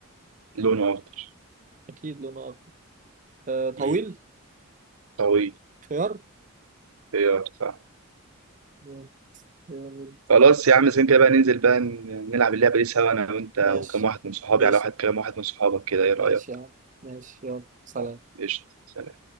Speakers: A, on the right; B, on the right.
A: لونه اخضر
B: اكيد لونه اكتر آه طويل
A: امم طويل
B: خيار
A: خيار صح
B: آه، آه،
A: خلاص يا عم زين كده بقى ننزل بقى ن- نلعب اللعبه دي سوا انا وانت
B: ماشي
A: وكم واحد من صحابي
B: ماشي
A: على واحد كام واحد من صحابك كده ايه رايك
B: ماشي يا عم ماشي يلا سلام
A: آه، قشطه سلام